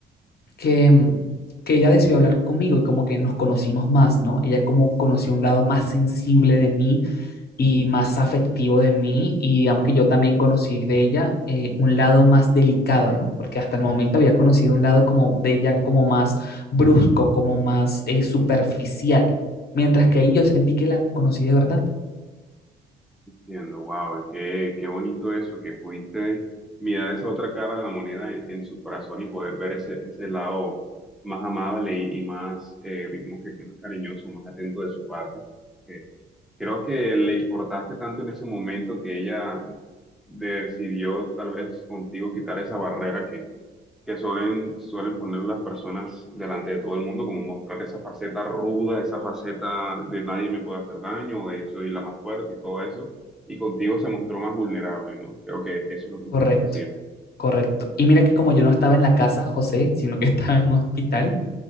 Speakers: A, on the left (about 50°); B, in the centre.
A: que, mm, que ella decidió hablar conmigo y como que nos conocimos más, ¿no? Ella como conoció un lado más sensible de mí y más afectivo de mí y digamos que yo también conocí de ella eh, un lado más delicado, ¿no? Porque hasta el momento había conocido un lado como de ella como más brusco, como más eh, superficial, mientras que ahí yo sentí que la conocí de verdad.
B: Entiendo, wow, qué, qué bonito eso, que pudiste mirar esa otra cara de la moneda en, en su corazón y poder ver ese, ese lado más amable y, y más, eh, digamos que más cariñoso, más atento de su parte. Eh, creo que le importaste tanto en ese momento que ella decidió tal vez contigo quitar esa barrera que suelen, suelen poner las personas delante de todo el mundo, como mostrar esa faceta ruda, esa faceta de nadie me puede hacer daño, o de yo soy la más fuerte y todo eso. Y contigo se mostró más vulnerable, ¿no? Creo que eso es lo que
A: Correcto,
B: intentas decirme.
A: correcto. Y mira que como yo no estaba en la casa, José, sino que <laughs> estaba en un hospital,